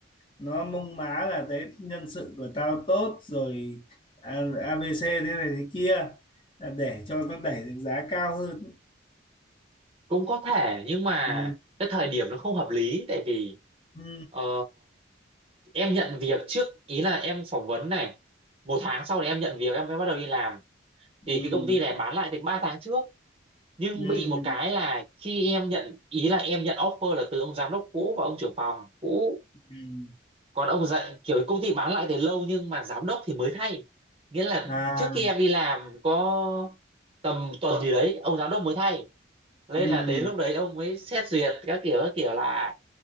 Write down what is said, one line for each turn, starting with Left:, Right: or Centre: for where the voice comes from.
Left: nó mông má là đấy nhân sự của tao tốt rồi à, ABC thế này thế kia là để cho nó đẩy được giá cao hơn
Right: cũng có thể nhưng mà
Left: ừ.
Right: cái thời điểm nó không hợp lý tại vì
Left: Ừ.
Right: ờ, em nhận việc trước ý là em phỏng vấn này một tháng sau thì em nhận việc em mới bắt đầu đi làm thì
Left: Ừ.
Right: cái công ty này bán lại từ 3 tháng trước nhưng
Left: Ừ.
Right: bị một cái là khi em nhận ý là em nhận offer là từ ông giám đốc cũ và ông trưởng phòng cũ
Left: Ừ. ừ.
Right: còn ông dạy kiểu công ty bán lại từ lâu nhưng mà giám đốc thì mới thay nghĩa là
Left: à
Right: trước khi em đi làm có tầm tuần gì đấy ông giám đốc mới thay nên
Left: ừ.
Right: là đến lúc đấy ông mới xét duyệt các kiểu các kiểu lại